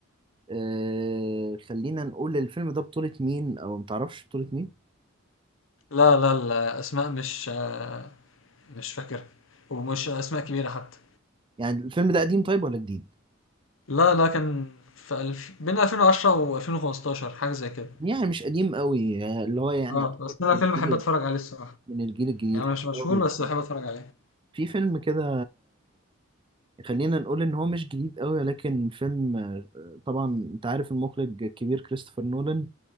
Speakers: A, on the right (about 25°); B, on the left (about 70°).
A: آه، خلينا نقول الفيلم ده بطولة مين أو متعرفش بطولة مين
B: لا لا الأسماء مش آه، مش فاكرها ومش أسماء كبيرة حتى
A: يعني الفيلم ده قديم طيب ولا جديد
B: لا لا كان في الف... بين 2010 و2015 حاجة زي كده
A: يعني مش قديم قوي آه، اللي هو يعني
B: اه
A: يعتبر
B: بس أنا
A: من
B: فيلم
A: الجيل
B: بحب أتفرج عليه الصراحة
A: من الجيل الجديد
B: يعني
A: حلو
B: مش مشهور
A: قوي
B: بس بحب أتفرج عليه
A: في فيلم كده خلينا نقول ان هو مش جديد قوي لكن فيلم آه، طبعا انت عارف المخرج الكبير كريستوفر نولان